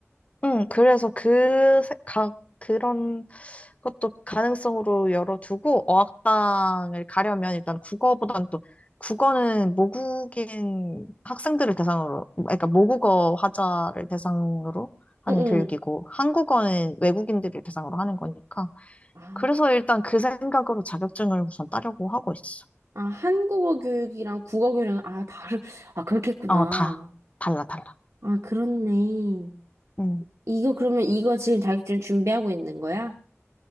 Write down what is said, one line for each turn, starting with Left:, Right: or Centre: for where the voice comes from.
Left: 응, 그래서 그, 세- 가, 그런 것도 가능성으로 열어두고, 어학당을 가려면 일단 국어보단 또, 국어는 모국인 학생들을 대상으로, 그러니까 모국어 화자를 대상으로 하는
Right: 응응.
Left: 교육이고, 한국어는 외국인들을 대상으로 하는 거니까.
Right: 아,
Left: 그래서 일단 그 생각으로 자격증을 우선 따려고 하고 있어.
Right: 아, 한국어 교육이랑 국어 교육이랑 아, 다른 아, 그렇겠구나.
Left: 어, 다. 달라, 달라.
Right: 아, 그렇네.
Left: 응,
Right: 이거 그러면 이거 지금 자격증 준비하고 있는 거야?